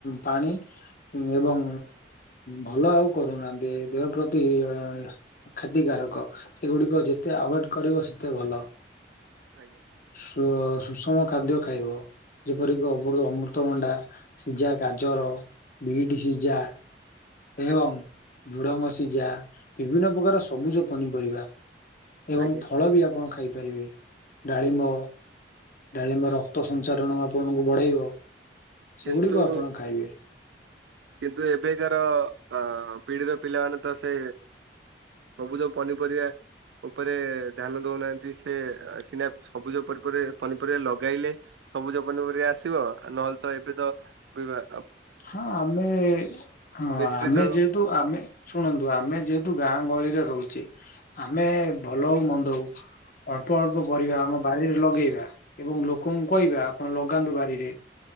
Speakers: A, on the left; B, on the right.
A: ପାଣି ଏବଂ ଭଲ ଆଉ। କରୁନାହାନ୍ତି ଦେହ ପ୍ରତି ଅ କ୍ଷତିକାରକ ସେଗୁଡିକ ଯେତେ ଆଭୋଏଡ କରିବ ସେତେ ଭଲ।
B: ଆଜ୍ଞା।
A: ସୁଷମ ଖାଦ୍ୟ ଖାଇବ ଯେପରିକି ଅ ଅମୃତଭଣ୍ଡା ସିଝା ଗାଜର ବିଟ୍ ସିଝା ଏବଂ
B: ଆଜ୍ଞା
A: ଝୁଡ଼ଙ୍ଗ ସିଝା ବିଭିନ୍ନ ପ୍ରକାର ସବୁଜ ପନିପରିବା। ଏବଂ
B: ଆଜ୍ଞା
A: ଫଳ ବି ଆପଣ ଖା ଖାଇପାରିବେ ଡାଳିମ୍ବ ଡାଳିମ୍ବ ରକ୍ତସଞ୍ଚାରଣ ଆପଣଙ୍କୁ ବଢେଇବ।
B: କିନ୍ତୁ
A: ସେଗୁଡିକ ଆପଣ ଖାଇବେ।
B: କିନ୍ତୁ ଏବେକାର ଅ ପିଢିରେ ପିଲାମାନେ ତ ସେ ସବୁଜ ପନିପରିବା ଉପରେ ଧ୍ୟାନ ଦଉନାହାନ୍ତି ସେ ସିନା ସବୁଜି ପନିପରିବା ଲଗାଇଲେ ସବୁଜ ପନିପରିବା ଆସିବ ନହେଲେ ତ ଏବେ ତ ବିବା
A: ହଁ ଆମେ ହଁ
B: ମିଶ୍ରିତ
A: ଆମେ ଯେହେତୁ ଆମେ ଶୁଣନ୍ତୁ ଆମେ ଯେହେତୁ ଗାଁ ଗହଳିରେ ରହୁଛେ ଆମେ ଭଲ ହଉ ମନ୍ଦ ହଉ ଅଳ୍ପ ଅଳ୍ପ ପରିବା ଆମ ବାରିରେ ଲଗେଇବା ଏବଂ ଲୋକଙ୍କୁ କହିବା ଆପଣ ଲଗାନ୍ତୁ ବାରିରେ